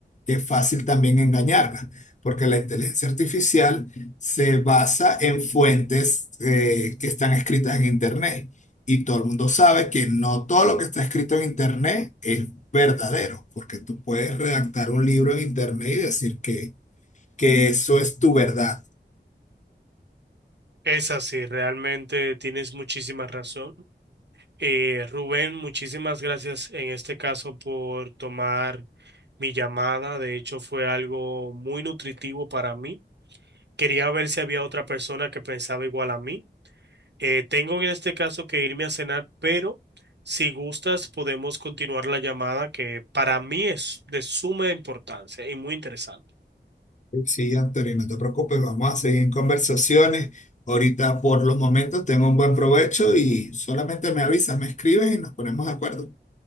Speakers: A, on the left; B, on the right.
A: que es fácil también engañarla, porque la inteligencia artificial se basa en fuentes eh, que están escritas en Internet y todo el mundo sabe que no todo lo que está escrito en Internet es verdadero, porque tú puedes redactar un libro en Internet y decir que, que eso es tu verdad
B: Es así, realmente tienes muchísima razón. Eh, Rubén, muchísimas gracias en este caso por tomar mi llamada. De hecho, fue algo muy nutritivo para mí. Quería ver si había otra persona que pensaba igual a mí. Eh, tengo en este caso que irme a cenar, pero si gustas podemos continuar la llamada que para mí es de suma importancia y muy interesante.
A: Sí, Antonio, no te preocupes, vamos a seguir en conversaciones. Ahorita por los momentos tengo un buen provecho y solamente me avisas, me escribes y nos ponemos de acuerdo.